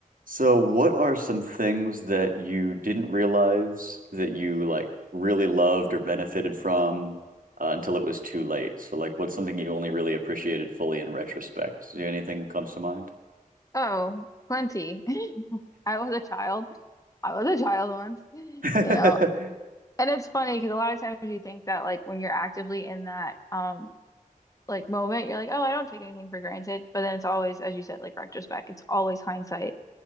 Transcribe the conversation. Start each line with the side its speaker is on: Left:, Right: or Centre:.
Right: So, what are some things that you didn't realize that you like really loved or benefited from uh, until it was too late? So, like, what's something you only really appreciated fully in retrospect? Do anything comes to mind?
Left: Oh, plenty. <laughs> I was a child. I was a child once, you
Right: <laughs>
Left: know. And it's funny because a lot of times you think that like when you're actively in that um like moment, you're like, oh, I don't take anything for granted. But then it's always, as you said, like retrospect. It's always hindsight.